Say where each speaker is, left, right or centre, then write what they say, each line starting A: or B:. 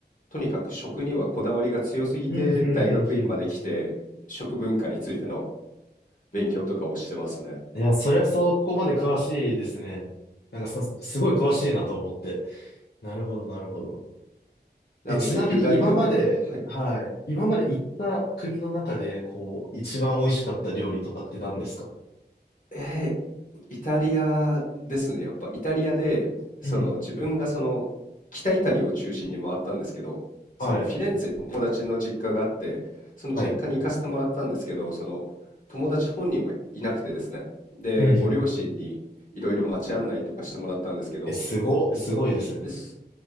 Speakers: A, on the left; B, on the left.
A: とにかく食にはこだわりが強すぎて、
B: うん、うん、
A: 大学院まで来て、
B: うん、うん。
A: 食文化についての勉強とかをしてますね。
B: いや、そりゃそこまで詳しいですね。なんかさ、すごい詳しいなと思って。なるほど、なるほど。
A: なので、
B: え、ちなみに今まで、
A: 由来とか、はい。
B: はい、今まで行った国の中で、こう、一番美味しかった料理とかって何ですか
A: えー、イタリアですね。やっぱイタリアで、その自分がその北イタリアを中心に回ったんですけど、
B: うん。はい、
A: そのフィレンツェに友達の実家があって、その実家に行かせてもらったんですけど、
B: はい。
A: その友達本人はいなくてですね。で、
B: うんうん。
A: ご両親にいろいろ街案内とかしてもらったんですけど、
B: え、すご、
A: です、
B: すごいですね。
A: です、